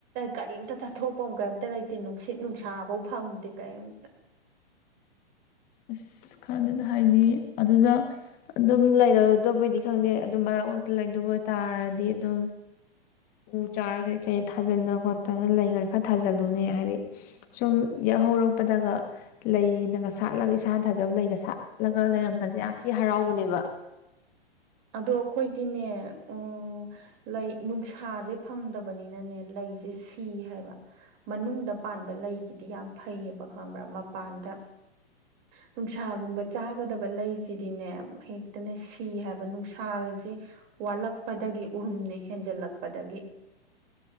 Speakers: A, on the right; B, on the left.
A: ꯀꯔꯤꯝꯇ ꯆꯠꯊꯣꯛꯐꯝ ꯀꯔꯤꯝꯇ ꯂꯩꯇꯦ ꯅꯨꯡꯁꯤꯠ ꯅꯨꯡꯁꯥꯐꯧ ꯐꯪꯗꯦ ꯀꯔꯤꯝꯇ
B: ꯑꯁ ꯈꯔꯗꯅ ꯍꯥꯏꯗꯤ ꯑꯗꯨꯗ ꯑꯗꯨꯝ ꯂꯩꯔꯗꯕꯩꯗꯤ ꯈꯪꯗꯦ ꯑꯗꯨꯝ ꯃꯔꯛ ꯃꯔꯛꯇ ꯂꯩꯗꯕ ꯑꯣꯏ ꯇꯥꯔꯗꯤ ꯑꯗꯨꯝ ꯎ ꯆꯥꯔ ꯀꯩ ꯀꯩ ꯊꯥꯖꯅ ꯈꯣꯠꯇꯅ ꯂꯩ ꯈ ꯈꯔ ꯊꯥꯖꯤꯜꯂꯨꯅꯦ ꯍꯥꯏꯗꯤ ꯁꯨꯝ ꯌꯥꯛꯍꯧꯔꯛꯄꯗꯒ ꯂꯩꯅꯒ ꯁꯥꯠꯂꯒ ꯏꯁꯥꯅ ꯊꯥꯖꯕ ꯂꯩꯒ ꯁꯥꯠꯂꯒ ꯂꯩꯔꯝꯕꯁꯦ ꯌꯥꯝ ꯊꯤ ꯍꯔꯥꯎꯕꯅꯦꯕ
A: ꯑꯗꯣ ꯑꯩꯈꯣꯏꯗꯤꯅꯦ ꯎꯝ ꯂꯩ ꯅꯨꯡꯁꯥꯁꯦ ꯐꯪꯗꯕꯅꯤꯅꯅꯦ ꯂꯩꯁꯦ ꯁꯤ ꯍꯥꯏꯕ ꯃꯅꯨꯡꯗ ꯄꯥꯟꯕ ꯂꯩꯒꯤꯗꯤ ꯌꯥꯝ ꯐꯩꯌꯦꯕ ꯈꯪꯕ꯭ꯔꯥ ꯃꯄꯥꯟꯗ ꯅꯨꯡꯁꯥꯒꯨꯝꯕ ꯆꯥꯒꯗꯕ ꯂꯩꯁꯤꯗꯤꯅꯦ ꯍꯦꯛ ꯇꯅꯦ ꯁꯤ ꯍꯥꯏꯕ ꯅꯨꯡꯁꯥꯁꯦ ꯋꯥꯠꯂꯛꯄꯗꯒꯤ ꯎꯔꯨꯝꯅ ꯍꯦꯟꯖꯜꯂꯛꯄꯗꯒꯤ